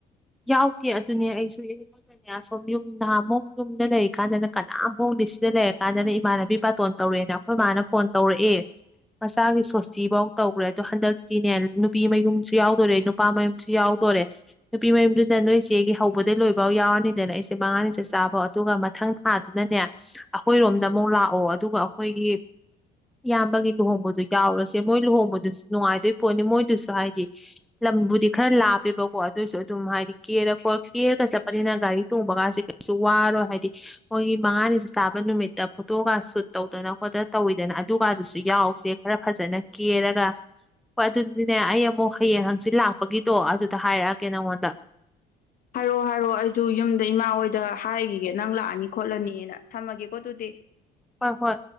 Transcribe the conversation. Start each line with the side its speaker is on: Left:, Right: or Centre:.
Centre: ꯌꯥꯎꯗꯦ ꯑꯗꯨꯅꯦ ꯑꯩꯁꯨ ꯑꯩꯈꯣꯏꯅꯅꯦ ꯑꯁꯣꯨꯝ ꯌꯨꯝ ꯅꯍꯥꯟꯃꯨꯛ ꯌꯨꯝꯗ ꯂꯩꯔꯤꯀꯥꯟꯗꯅ ꯀꯅꯥꯝꯐꯧꯗꯤ ꯁꯤꯗ ꯂꯩꯔꯀꯥꯟꯗꯅ ꯏꯃꯥꯟꯅꯕꯤ ꯕꯥꯇꯣꯟ ꯇꯧꯔꯛꯑꯦꯅ ꯑꯩꯈꯣꯏ ꯃꯥꯅ ꯐꯣꯟ ꯇꯧꯔꯛꯑꯦ ꯃꯆꯥꯒꯤ ꯁꯣꯁꯇꯤꯐꯧ ꯇꯧꯈ꯭ꯔꯦ ꯑꯗꯣ ꯍꯟꯗꯛꯇꯤꯅꯦ ꯅꯨꯄꯤ ꯃꯌꯨꯝꯁꯨ ꯌꯥꯎꯗꯣꯔꯦ ꯅꯨꯄꯥ ꯃꯌꯨꯝꯁꯨ ꯌꯥꯎꯗꯣꯔꯦ ꯅꯨꯄꯤ ꯃꯌꯨꯝꯗꯨꯅ ꯅꯣꯏꯁꯦꯒꯤ ꯍꯧꯕꯗꯒꯤꯩ ꯂꯣꯏꯕꯥꯎ ꯌꯥꯎꯔꯅꯤꯗꯅ ꯑꯩꯁꯦ ꯃꯉꯥꯅꯤꯁꯦ ꯆꯥꯕ ꯑꯗꯨꯒ ꯃꯊꯪ ꯊꯥꯗꯨꯅꯅꯦ ꯑꯩꯈꯣꯏꯔꯣꯝꯗ ꯑꯃꯨꯛ ꯂꯥꯛꯑꯣ ꯑꯗꯨꯒ ꯑꯩꯈꯣꯏꯒꯤ ꯏꯌꯥꯝꯕꯒꯤ ꯂꯨꯍꯣꯡꯕꯗꯣ ꯌꯥꯎꯔꯁꯦ ꯃꯣꯏ ꯂꯨꯍꯣꯡꯕꯗꯨꯁꯨ ꯅꯨꯡꯉꯥꯏꯗꯣꯏ ꯄꯣꯠꯅꯤ ꯃꯣꯏꯗꯨꯁꯨ ꯍꯥꯏꯗꯤ ꯂꯝꯕꯨꯗꯤ ꯈꯔ ꯂꯥꯞꯄꯦꯕꯀꯣ ꯑꯗꯨꯁꯨ ꯑꯗꯨꯝ ꯍꯥꯏꯗꯤ ꯀꯦꯔ ꯈꯣ ꯀꯦꯔꯒ ꯆꯠꯄꯅꯤꯅ ꯒꯥꯔꯤ ꯇꯣꯡꯕꯒꯁꯤꯦ ꯀꯩꯁꯨ ꯋꯥꯔꯣꯏ ꯍꯥꯏꯗꯤ ꯃꯣꯏꯒꯤ ꯃꯉꯥꯅꯤꯁꯨ ꯆꯥꯕ ꯅꯨꯃꯤꯠꯇ ꯐꯣꯇꯣꯒ ꯁꯨꯠ ꯇꯧꯗꯅ ꯈꯣꯠꯇꯅ ꯇꯧꯋꯤꯗꯅ ꯑꯗꯨꯒꯗꯨꯁꯨ ꯌꯥꯎꯁꯦ ꯈꯔ ꯐꯖꯅ ꯀꯦꯔꯒ ꯍꯣꯏ ꯑꯗꯨꯗꯤꯅꯦ ꯑꯩ ꯑꯃꯨꯛ ꯍꯌꯦꯡ ꯍꯪꯆꯤ ꯂꯥꯛꯄꯒꯤꯗꯣ ꯑꯗꯨꯗ ꯍꯥꯏꯔꯛꯑꯒꯦ ꯅꯪꯉꯣꯟꯗ ꯗ
Left: ꯍꯥꯏꯔꯣꯑꯣ ꯍꯥꯏꯔꯑꯣ ꯑꯩꯁꯨ ꯌꯨꯝꯗ ꯏꯃꯥ ꯍꯣꯏꯗ ꯍꯥꯏꯈꯤꯒꯦ ꯅꯪ ꯂꯥꯛꯑꯅꯤ ꯈꯣꯠꯂꯅꯤꯅ ꯊꯝꯃꯒꯦꯀꯣ ꯑꯗꯨꯗꯤ
Centre: ꯍꯣꯏ ꯍꯣꯏ